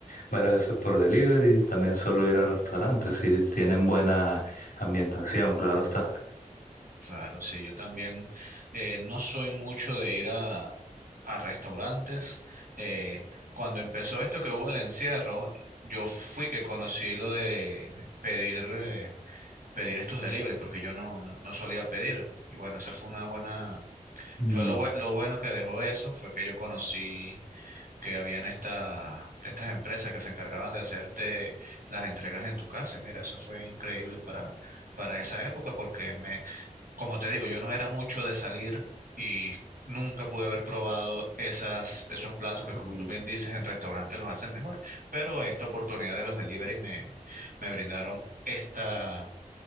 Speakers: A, on the left (about 90°); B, on the right (about 85°).
A: varias veces por delivery, también solo ir a restaurantes si tienen buena ambientación, claro está.
B: Claro, sí, yo también eh, no soy mucho de ir a, a restaurantes. Eh, cuando empezó esto que hubo el encierro, yo fui que conocí lo de pedir, eh, pedir estos delivery, porque yo no, no, no solía pedir. Y bueno, esa fue una buena,
A: Mm,
B: fue lo, bue- lo bueno que dejó eso, fue que yo conocí que habían esta, estas empresas que se encargaban de hacerte las entregas en tu casa. Mira, eso fue increíble para, para esa época, porque como te digo, yo no era mucho de salir y nunca pude haber probado esas, esos platos que, como
A: mm,
B: tú bien dices, en restaurantes los hacen mejor. Pero esta oportunidad de los delivery me, me brindaron esta,